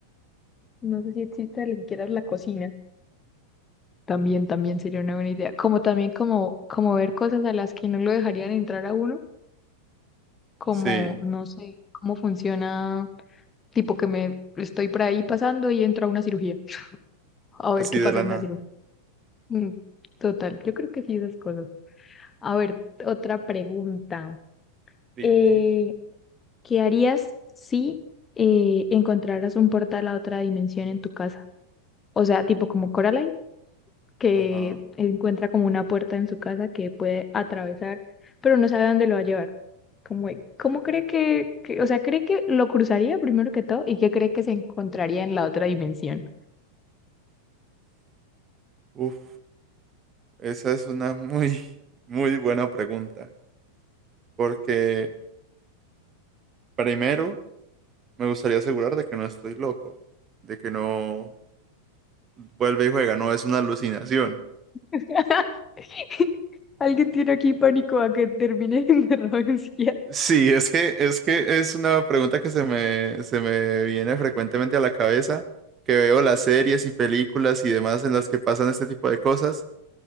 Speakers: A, on the left; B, on the right.
A: No sé si existe ni siquiera la cocina. También, también sería una buena idea. Como también como, como ver cosas a las que no lo dejarían entrar a uno, como,
B: Sí,
A: no sé, cómo funciona, tipo que me estoy por ahí pasando y entro a una cirugía. A
B: así
A: ver qué
B: de
A: pasa
B: la
A: en
B: nada.
A: una cirugía. Mm, Total, yo creo que sí esas cosas. A ver, otra pregunta.
B: Dime.
A: Eh, ¿qué harías si eh, encontraras un portal a otra dimensión en tu casa? O sea, tipo como Coraline, que
B: Ajá.
A: encuentra como una puerta en su casa que puede atravesar, pero no sabe dónde lo va a llevar. ¿Cómo, cómo cree que, que- o sea, cree que lo cruzaría primero que todo y qué cree que se encontraría en la otra dimensión?
B: Uf, esa es una muy, muy buena pregunta. porque primero me gustaría asegurar de que no estoy loco, de que no vuelve y juega, no es una alucinación.
A: <laughs> Alguien tiene aquí pánico a que termine <laughs> en un psiquiatra.
B: Sí, es que es que es una pregunta que se me, se me viene frecuentemente a la cabeza, que veo las series y películas y demás en las que pasan este tipo de cosas